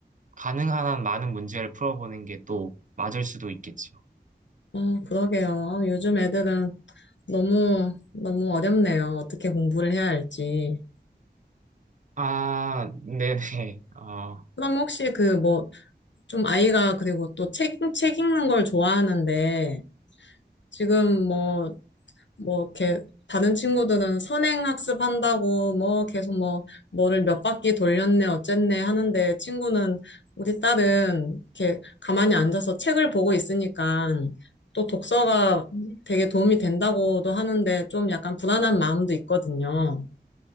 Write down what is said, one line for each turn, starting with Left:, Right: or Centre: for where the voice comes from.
Right: 가능한 한 많은 문제를 풀어보는 게 또 맞을 수도 있겠죠.
Left: 어, 그러게요. 요즘 애들은 너무, 너무 어렵네요. 어떻게 공부를 해야 할지.
Right: 아, <laughs> 네네. 어,
Left: 그럼 혹시 그뭐 좀 아이가 그리고 또 책, 책 읽는 걸 좋아하는데 지금 뭐, 뭐 이렇게 다른 친구들은 선행학습 한다고 뭐 계속 뭐 뭐를 몇 바퀴 돌렸네 어쨌네 하는데 친구는 우리 딸은 이렇게 가만히 앉아서 책을 보고 있으니까 또 독서가 되게 도움이 된다고도 하는데 좀 약간 불안한 마음도 있거든요.